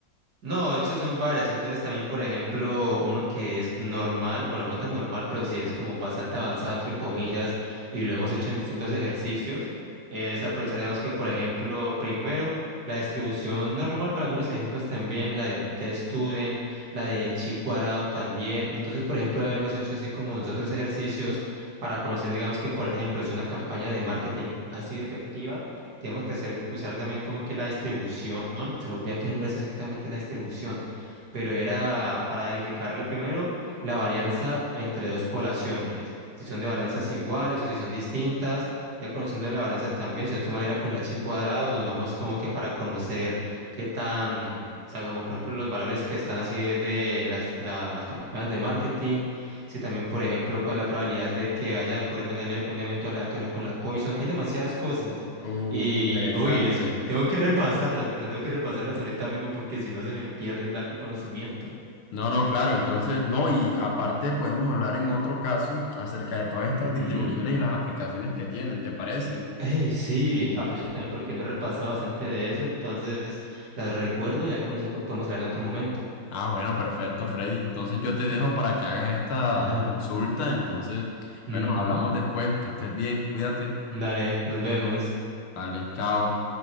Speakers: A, on the right (about 50°); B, on the left (about 80°).
A: No, estas son varias. Entonces también, por ejemplo, uno que es normal, bueno, no tan normal, pero sí es como bastante avanzado, entre comillas, y lo hemos hecho en distintos ejercicios, es aprovechar, digamos que, por ejemplo, primero, la distribución normal para algunos ejemplos también, la de T-Student, la de Chi cuadrado también. Entonces, por ejemplo, hemos hecho así como nosotros ejercicios para conocer, digamos que, por ejemplo, si una campaña de marketing ha sido efectiva tenemos que hacer, usar también como que la distribución, se me olvida qué nombre es exactamente la distribución, pero era para verificarla primero la varianza entre dos poblaciones, si son de varianzas iguales o si son distintas, ya conociendo la varianza también, si no estoy mal era con la chi cuadrado, nos movemos como que para conocer qué tan, o sea, como por ejemplo los valores que están así de las, las campañas de marketing, si también por ejemplo cuál es la probabilidad de que haya ocurrido un, ele- un evento aleatorio con la Poison, hay demasiadas cosas.
B: Uh,
A: Y,
B: interesante.
A: uy, es- tengo que repasarlas, ¿verdad? Tengo que repasarlas ahorita mismo porque si no se me pierden la- el conocimiento.
B: No, no, claro, entonces, no, y aparte podemos hablar en otro caso acerca de todas
A: Ujú.
B: estas distribuciones y las aplicaciones que tienen, ¿te parece?
A: Ey, sí, aprovecho también porque no he repasado bastante de eso, entonces las recuerdo y ahí con eso podemos hablar en otro momento.
B: Ah, bueno, perfecto, Freddy. Entonces yo te dejo para que hagas esta
A: Ajá.
B: consulta. Entonces,
A: Ujú.
B: bueno, hablamos después, que estés bien, cuídate.
A: Dale, nos vemos.
B: Vale, chao.